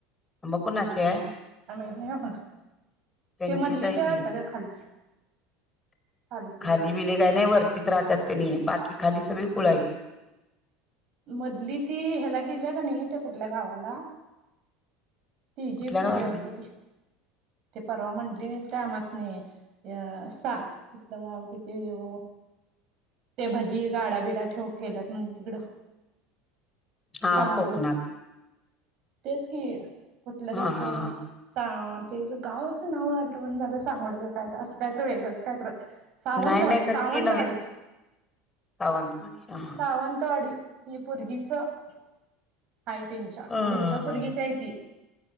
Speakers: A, on the left; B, on the right.
A: मग कुणाची हाय?
B: काय माहित नाही बा मला,
A: त्यांचीच
B: ते मधलीचे
A: ती
B: आहे वाटतं ग खालची. खालचीचे
A: खाली बीली काय नाही, वरतीच राहत्यात त्यनी, बाकी खाली सगळी कुळं हायत.
B: मधली ती ह्याला गेल्या क नाही, त्या कुठल्या गावाला तीजी
A: कुठल्या
B: पुरगी
A: गावाला
B: हाय वाटतं
A: गे
B: ती,, ते परवा म्हणली नाहीत काय आम्हासणी या सा कुठलं गाव तिथे ओ ते भजी गाडाबिडा ठेव केल्यात म्हणून तिकडं
A: हा
B: सांगून
A: कोकणात
B: तेच की कुठलं
A: हा
B: तर खो.
A: हा हा
B: सां तेच गावचं नाव आलंत पण, झालं सांगड काय असं कायतर वेगंचं कायतर सावंतवाडी,
A: नाही नाही
B: सावंतवाडीत,
A: खर ती नव्हे सावंतवाडी हा हा
B: सावंतवाडी- ते पोरगीच आहे त्यांच्या,
A: हा
B: त्यांच्या
A: हा
B: पोरगीच
A: हा
B: आहे ती